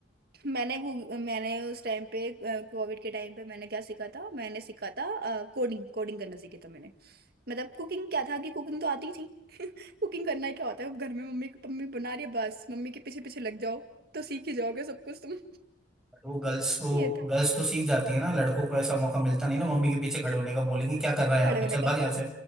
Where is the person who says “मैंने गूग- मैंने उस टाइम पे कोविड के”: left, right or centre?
Right